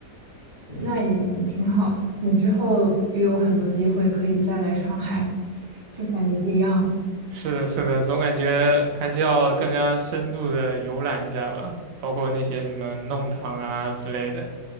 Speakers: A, on the right; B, on the right.
A: 那也挺好。你之后也有很多机会可以再来上海，就感觉不一样。
B: 是的，是的，总感觉还是要更加深度的游览一下吧，包括那些什么弄堂啊之类的，